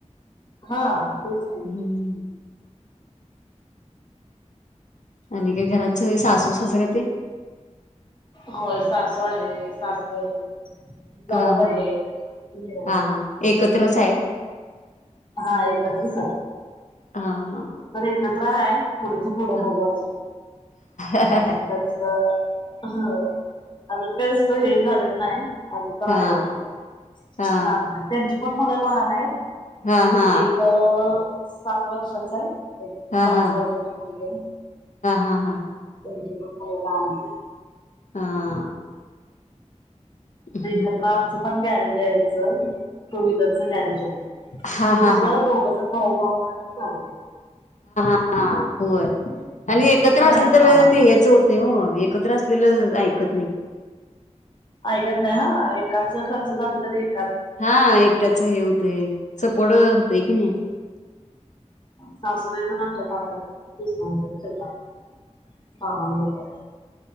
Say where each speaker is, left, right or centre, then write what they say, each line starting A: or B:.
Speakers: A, on the left; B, on the left.
A: हा. तेच की
B: हम्म हम्. आणि का घरात सग सासू ससर ते.
A: होय सासू आहे सासवल. जाऊबा
B: हा हा
A: आहेतर आहेत,
B: हा हा एकत्रच आहे
A: हा एकत्रच
B: हा हा
A: तर एकत. क आहे. <unintelligible> पुढच कुडं
B: हा
A: बघू अजून
B: हा
A: अजून का कस. हो अजून काय कसं हे झालेलं नाही. अ
B: हा
A: आहेेत
B: हा
A: चांग त्यांची पन. लहान आहेत.
B: हा हा
A: एक. सात वर्षाचा आहे.
B: हा
A: पाच
B: हा हा
A: वर्षाचे भजे.
B: हा हा
A: त्यांला <unintelligible>
B: हा हं.
A: हत्र <unintelligible> पण गाडी द्यायचं टू व्हीलरच गाडी घ्याय.
B: हां,
A: ते
B: हां, हां.
A: क दोघच भाऊभव झाल.
B: हा होय आणि एकत्र असलं
A: नाहीत
B: तर
A: कामाला.
B: ते हेच होत नाही म एकत्र असलेलं ऐ. त नाही <unintelligible>
A: ऐकत नाही हा एकाच खर्च झाली तरी एक.
B: हा एकट्याच हे हो ते. सपोर्ड होतय की नाही.
A: सासबा प आपल्या <unintelligible> हा म्ह <unintelligible>